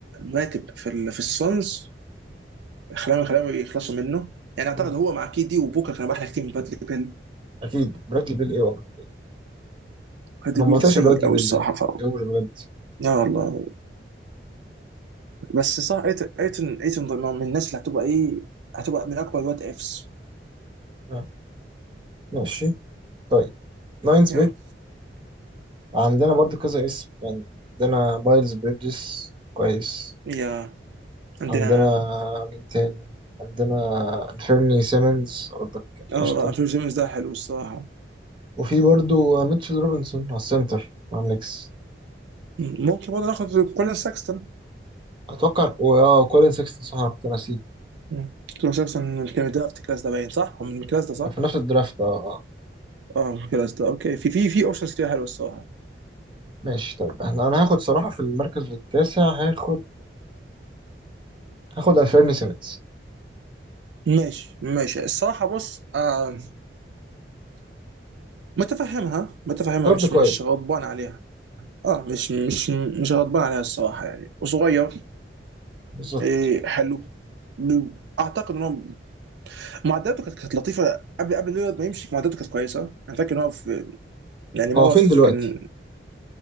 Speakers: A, on the right; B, on the right.
A: راتب في ال- في السونز خلاهم خلاهم يخلصوا منه يعني اعتقد
B: مم.
A: هو مع كيدي وبوكا كان احلى كتير من بادلي بيل
B: اكيد برادلي بيل ايه وعرف ايه
A: هادي
B: انا
A: بيل
B: ما بطيقش
A: سيء
B: برادلي
A: قوي
B: بيل
A: الصراحه
B: ده
A: ف
B: ايه هو اللي بجد
A: لا والله بس صح ايتن ايتن ايتن ضمن- من الناس اللي هتبقى ايه هتبقى من اكبر وات افس
B: آه. ماشي طيب ناينز
A: يا
B: بيت عندنا برضو كذا اسم يعني عندنا مايلز بريدجز كويس
A: يا عندنا
B: عندنا مين تاني عندنا انفيرني سيمنز برضك قشطة
A: اه انفيل سيمنز ده حلو الصراحه
B: وفي برضو ميتشل روبنسون على السنتر مع النكس
A: م- ممكن برضه ناخد كولين ساكستون
B: أتوقع وآه كولين سيكستون صح أنا كنت ناسيه
A: م. كولين ساكستون من كان درافت الكلاس ده باين صح؟ هو من الكلاس ده صح؟
B: كان في نفس الدرافت آه آه.
A: اه من الكلاس ده اوكي في في في اوبشنز كتير حلوه الصراحه
B: ماشي طيب احنا انا هاخد صراحة في المركز التاسع هاخد هاخد الفيرني سيمنز
A: ماشي ماشي الصراحه بص آه متفهمها متفهمها
B: جارد
A: مش
B: كويس
A: مش غضبان عليها اه مش مش مش غضبان عليها الصراحه يعني وصغير
B: بالظبط
A: إيه حلو ب- اعتقد ان هو معداته كانت كانت لطيفه قبل قبل ليلارد ما يمشي معداته كانت كويسه انا فاكر ان هو في يعني ما
B: هو
A: هو
B: فين
A: في
B: دلوقتي
A: كان